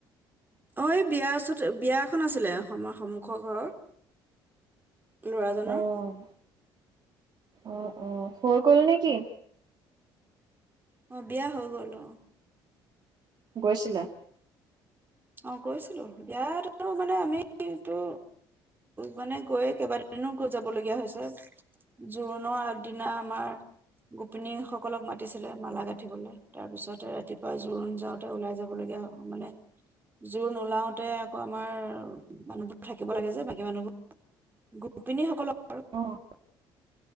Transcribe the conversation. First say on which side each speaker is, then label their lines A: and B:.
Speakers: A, on the right (about 20°); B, on the right (about 50°).
A: অ' এই বিয়াৰ ওচৰত, বিয়া এখন আছিলে সন্মুখৰ ঘৰৰ। ল'ৰাজনৰ
B: অ'। অ' অ' হয় গ'ল নেকি?
A: অ' বিয়া হৈ গ'ল অ'।
B: গৈছিলা?
A: অ' গৈছিলোঁ, ইয়াত আৰু মানে আমিটো মানে গৈয়ে কেইবাদিনো যাবলগীয়া হৈছে, জোৰোণৰ আগদিনা আমাৰ গোপিনী সকলক মাতিছিলে মালা গাঁঠিবলৈ তাৰপিছতে ৰাতিপুৱা জোৰোণ যাওঁতে ওলাই যাবলগীয়া মানে জোৰ নোলাওতে আকৌ আমাৰ মানুহবোৰ থাকিব লাগে যে বাকী মানুহবোৰ গোপিনীসকলৰ
B: অ',